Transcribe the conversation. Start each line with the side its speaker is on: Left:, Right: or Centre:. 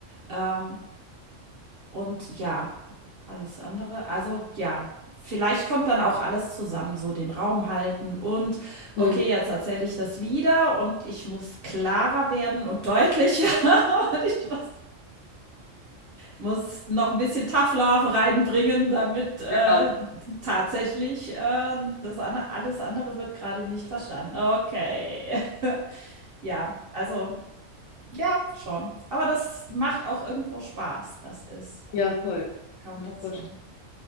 Right: Ähm, und ja, alles andere, also ja, vielleicht kommt dann auch alles zusammen, so den Raum halten und
Left: Mhm.
Right: okay, jetzt erzähle ich das wieder und ich muss klarer werden und deutlicher <laughs> und ich muss muss noch ein bisschen Tough Love reinbringen, damit, äh,
Left: Ja,
Right: tatsächlich, äh, das an alles andere wird gerade nicht verstanden. Okay. <laughs> Ja, also ja, schon. Aber das macht auch irgendwo Spaß. Das ist äh,
Left: ja, voll. Kann
Right: kommt
Left: ich mir
Right: dazu.
Left: vorstellen.